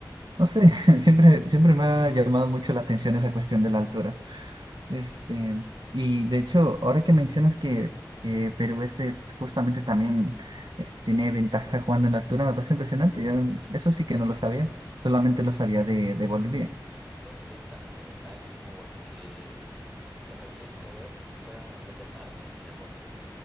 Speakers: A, on the right; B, in the centre.
A: no sé, <laughs> siempre, siempre me ha llamado mucho la atención esa cuestión de la altura. Este, y de hecho, ahora que mencionas que, que Perú este justamente también este, tiene ventaja jugando en la altura, me parece impresionante. Yo, eso sí que no lo sabía, solamente lo sabía de, de Bolivia.
B: es ventaja como tal porque la mayoría de jugadores juegan a nivel del mar en la costa,